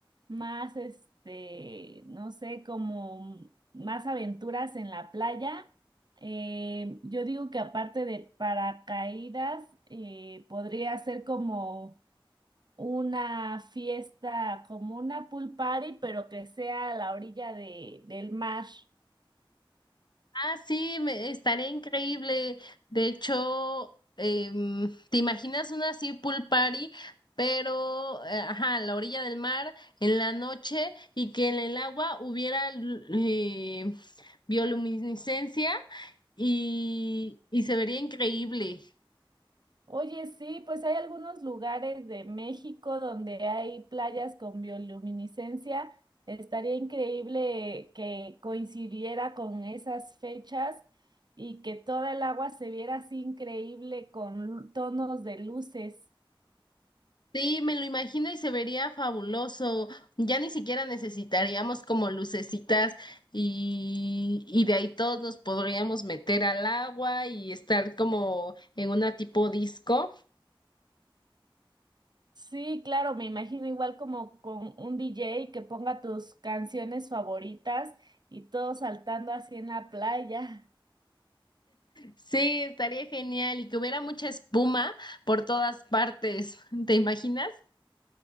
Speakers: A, on the right (about 50°); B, on the left (about 55°).
A: más, este, no sé, como más aventuras en la playa? Eh, yo digo que aparte de paracaídas, eh, podría ser como una fiesta, como una pool party, pero que sea a la orilla de, del mar.
B: Ah, sí, me, estaría increíble. De hecho, em, ¿te imaginas una así pool party, pero, eh, ajá, a la orilla del mar, en la noche, y que en el agua hubiera lu- eh, bioluminiscencia y, y se vería increíble?
A: Oye, sí, pues hay algunos lugares de México donde hay playas con bioluminiscencia. Estaría increíble que coincidiera con esas fechas y que toda el agua se viera así increíble con lu- tonos de luces.
B: Sí, me lo imagino y se vería fabuloso. Ya ni siquiera necesitaríamos como lucecitas y, y de ahí todos nos podríamos meter al agua y estar como en una tipo disco.
A: Sí, claro, me imagino igual como con un DJ que ponga tus canciones favoritas y todos saltando así en la playa.
B: Sí, estaría genial y que hubiera mucha espuma por todas partes. ¿Te imaginas?